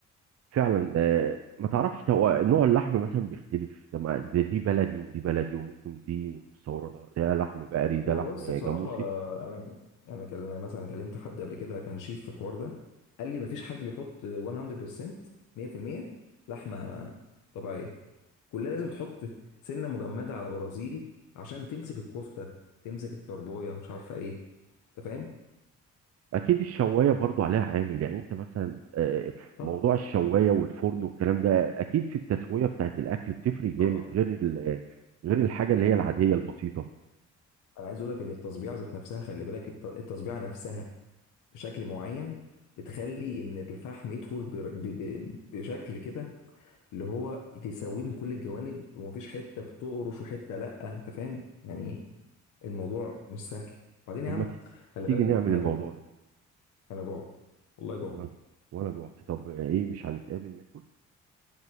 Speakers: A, on the right; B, on the left.
A: فعلا آه ما تعرفش تو- نوع اللحم مثلا بيختلف ده ما- ده دي بلدي ودي بلدي وممكن دي مستورده ده لحم بقري ده
B: هو
A: لحم
B: بص
A: جاموسي
B: بصراحه انا انا كان- أنا مثلا كلمت حد قبل كده كان شيف في الحوار ده قال لي مفيش حد بيحط 100% 100% لحمه طبيعيه كلها لازم تحط سنه مجمده على برازيلي عشان تمسك الكفته تمسك الطربايه مش عارفه ايه انت فاهم
A: اكيد الشوايه برضو عليها عامل يعني انت مثلا آه،
B: طبعا
A: موضوع الشوايه
B: عادي
A: والفرن والكلام ده اكيد في التسويه بتاعت الاكل بتفرق جامد
B: طبعا
A: غير ال- غير الحاجه اللي هي العاديه البسيطه
B: انا عايز اقول لك ان التصبيعه ذات نفسها خلي بالك الت- التصبيعه نفسها بشكل معين بتخلي ان الفحم يدخل بر- ب- ب- بشكل كده اللي هو تسويه من كل الجوانب ومفيش حته بتقرش وحته لا انت فاهم يعني الموضوع مش سهل بعدين
A: طب
B: يا عم
A: ما ت-
B: خلي
A: تيجي
B: بالك
A: نعمل
B: انا
A: الموضوع
B: جعت
A: ده
B: انا جعت والله جعت
A: وانا وانا جوعت طب ايه مش هنتقابل ناكل